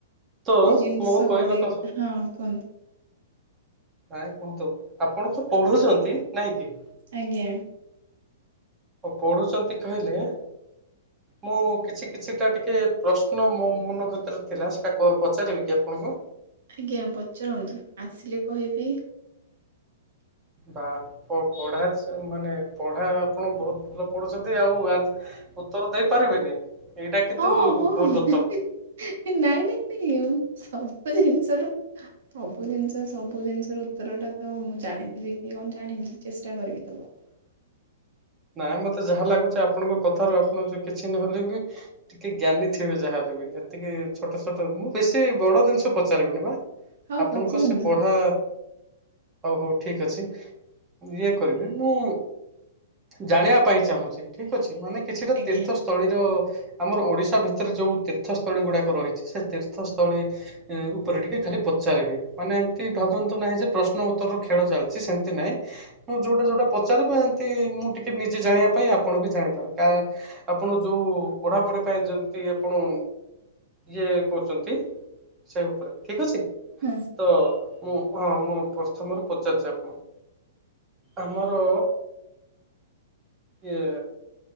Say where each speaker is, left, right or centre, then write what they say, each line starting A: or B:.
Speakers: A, on the right; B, on the right.
A: ତ
B: ସେ ଜିନିଷ
A: ମୋ କହିବା
B: ଗଡେଇ
A: କଥା।
B: ହଁ କୁହନ୍ତୁ।
A: ନାଇଁ କୁହନ୍ତୁ ଆପଣ ତ ପଢୁଛନ୍ତି ନାଇଁ କି।
B: ଆଜ୍ଞା।
A: ପଢୁଛନ୍ତି କହିଲେ। ମୁଁ କିଛି କିଛିଟା ଟିକେ ପ୍ରଶ୍ନ ମୋ ମନ ଭିତରେ ଥିଲା ସେଇଟା ପଚାରିବି କି ଆପଣଙ୍କୁ।
B: ଆଜ୍ଞା ପଚନ୍ତୁ ଆସିଲେ କହିବି।
A: ବା ପ ପଢା ମାନେ ପଢ଼ା। ଆପଣ ବହୁତ ଭଲ ପଢୁଛନ୍ତି ଆଉ ଉତ୍ତର ଦେଇପାରିବେନି। ଏଇଟା କିନ୍ତୁ
B: ହଁ ହଁ
A: ଭୁଲ
B: ହେ
A: ଉତ୍ତର
B: ହେ ନାଇଁ ନାଇଁ ନାଇଁ ସବୁ ଜିନିଷର। ସବୁ ଜିନିଷ ସବୁ ଜିନିଷ ର ଉତ୍ତର ଟା ତ ମୁଁ ଜାଣିଥିବି କି କଣ ଜାଣିନି ଚେଷ୍ଟା କରିବି ଦବାକୁ।
A: ନାଇଁ ମତେ ଯାହା ଲାଗୁଛି ଆପଣଙ୍କ କଥାରୁ ଆପଣ ଯଉ କିଛି ନହଲେ ବି ଟିକେ ଜ୍ଞାନୀ ଥିବେ ଯାହାେଲେ ବି ଏତିକି ଛୋଟ ଛୋଟ ମୁଁ ବେଶୀ ବଡ ଜିନିଷ ପଚାରିବିନି ବା।
B: ହଉ
A: ଆପଣଙ୍କ
B: ପଚାରନ୍ତୁ।
A: ସେ ପଢା ହଉ ହଉ ଠିକ ଅଛି ଇଏ କରିବି। ମୁଁ ଜାଣିବା ପାଇଁ ଚାହୁଁଛି ଠିକ ଅଛି ମାନେ କିଛିଟା
B: ଆଜ୍ଞା।
A: ତୀର୍ଥ ସ୍ଥଳୀର ଆମର ଓଡ଼ିଶା ଭିତରେ ଯେଉଁ ତୀର୍ଥସ୍ଥଳୀ ଗୁଡ଼ାକ ରହିଛି ସେ ତୀର୍ଥସ୍ଥଳୀ ଉପରେ ଟିକେ ଖାଲି ପଚାରିବି ମାନେ ଏମତି ଭାବନ୍ତୁ ନାହିଁ ଯେ ପ୍ରଶ୍ନ ଉତ୍ତରର ଖେଳ ଚାଲିଛି ସେମିତି ନାହିଁ। ମୁଁ ଯୋଉଟା ଯୋଉଟା ପଚାରିିବ ଏନ୍ତି ମୁଁ ଟିକେ ନିଜେ ଜାଣିବା ପାଇଁ ଆପଣ ବି ଜାଣିପାର କା। ଆପଣ ଯୋଉ ପଢାପଢି ପାଇଁ ଯେମିତି ଆପଣ ଯିଏ କହୁଛନ୍ତି। ସେ ଠିକ ଅଛି
B: ହଁ
A: ତ ମୁଁ ହଁ ମୁଁ ପ୍ରଥମରୁ ପଚାରୁଛି ଆପଣଙ୍କୁ। ଆମର। ଇଏ